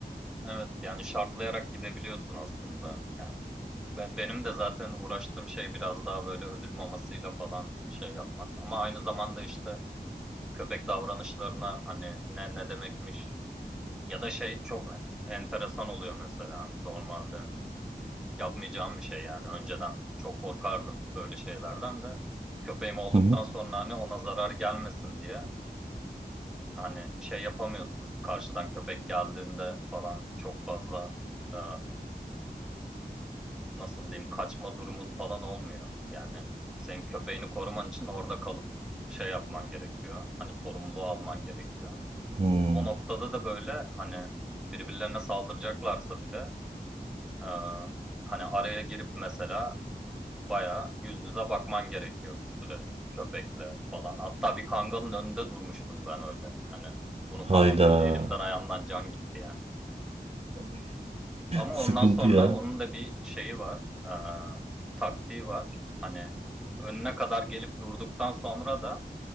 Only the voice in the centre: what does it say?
Evet yani şartlayarak gidebiliyorsun aslında yani. Ve benim de zaten uğraştığım şey biraz daha böyle ödül mamasıyla falan şey yapmak. Ama aynı zamanda işte köpek davranışlarına hani ne ne demekmiş Ya da şey çok enteresan oluyor mesela normalde. Yapmayacağım bir şey yani. Önceden çok korkardım böyle şeylerden de. Köpeğim olduktan
sonra hani ona zarar gelmesin diye hani şey yapamıyorsun. Karşıdan köpek geldiğinde falan çok fazla e, nasıl diyeyim kaçma durumun falan olmuyor. Yani senin köpeğini koruman için orada kalıp şey yapman gerekiyor. Hani sorumluluğu alman gerekiyor.
O noktada da böyle hani birbirlerine saldıracaklarsa bile Ee, hani araya girip mesela bayağı yüz yüze bakman gerekiyor bir süre köpekle falan. Hatta bir kangalın önünde durmuştum ben öyle. Hani bunu tamam
böyle elimden ayağımdan can gitti yani. Ama
ondan sonra
onun da bir şeyi var. ee, taktiği var. Hani önüne kadar gelip durduktan sonra da